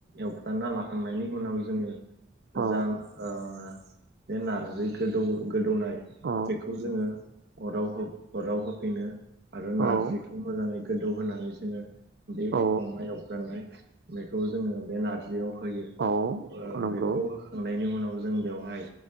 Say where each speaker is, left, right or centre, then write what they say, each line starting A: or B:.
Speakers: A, on the right; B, on the right.
A: एवफ्राना लाखांनायनि उनाव जोङो
B: औ
A: जा ओ बे नारजि गोदौ गोदौनाय
B: औ
A: बेखौ जोङो अराव अराव होफैनो आरो
B: औ
A: नारजिखौ मोजाङै गोदौ होनानै जोङो बे
B: औ
A: अमा एवफ्रामनाय बेखौ जोङो बे नारजियाव होयो।
B: औ
A: ओ
B: नंगौ
A: बेखौ होखांनायनि उनाव जों बेवहाय